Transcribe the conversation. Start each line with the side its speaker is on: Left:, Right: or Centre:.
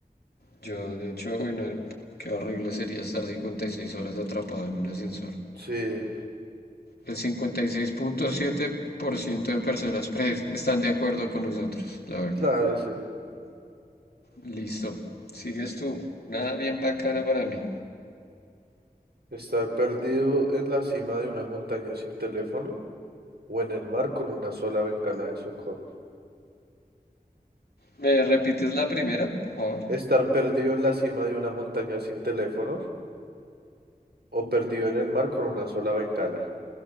Left: Yo, de hecho, uy, no, qué horrible sería estar 56 horas atrapado en un ascensor.
Right: Sí,
Left: El cincuenta y seis punto siete por ciento de personas pre- están de acuerdo con nosotros, la verdad.
Right: claro, sí.
Left: Listo. Sigues tú. Nada bien bacana para mí.
Right: Estar perdido en la cima de una montaña sin teléfono o en el mar con una sola bengala de socorro.
Left: ¿Me repites la primera, por favor?
Right: Estar perdido en la cima de una montaña sin teléfono o perdido en el mar con una sola bengala.